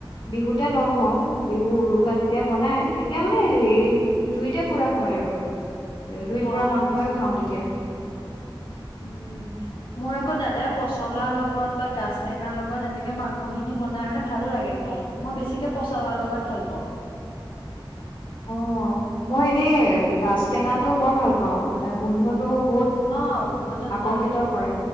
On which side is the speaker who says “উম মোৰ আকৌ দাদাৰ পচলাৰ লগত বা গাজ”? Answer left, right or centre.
Left